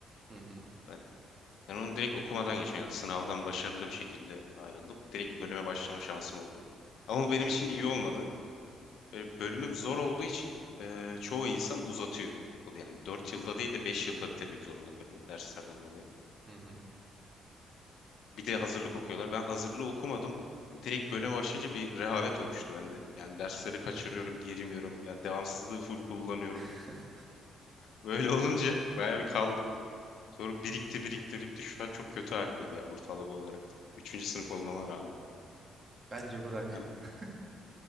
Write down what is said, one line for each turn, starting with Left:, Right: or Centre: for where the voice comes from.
Right: Hı hı.
Left: Ben, ben onu direkt okumadan geçtim. Yani sınavdan başarılı bir şekilde ayrıldım. Direkt bölüme başlama şansım oldu. Ama bu benim
Right: Çok
Left: için iyi
Right: iyi bu
Left: olmadı.
Right: arada.
Left: E, bölümüm zor olduğu için e, çoğu insan uzatıyor. Yani 4 yılda değil de 5 yılda bitirmek zorunda kalıyor derslerden dolayı.
Right: Hı hı.
Left: Bir de hazırlık okuyorlar. Ben hazırlığı okumadım. Direkt bölüme başlayınca bir rehavet oluştu bende. Yani dersleri kaçırıyorum, girmiyorum. Yani devamsızlığı full kullanıyorum.
Right: <laughs>
Left: Böyle <laughs> olunca bayağı bir kaldım. Sonra birikti birikti birikti. Şu an çok kötü haldeyim ya ortalama olarak da. Üçüncü sınıf olmama rağmen.
Right: Bence bırak.
Left: Ben,
Right: <laughs>